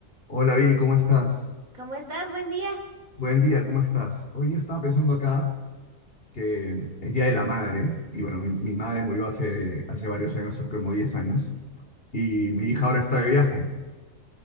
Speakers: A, on the left (about 45°); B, on the right (about 85°).
A: Hola Viri, ¿cómo estás?
B: ¿Cómo estás? Buen día.
A: Buen día, ¿cómo estás? Hoy día estaba pensando acá que es Día de la Madre y bueno, mi, mi madre murió hace, hace varios años, hace como 10 años, y mi hija ahora está de viaje.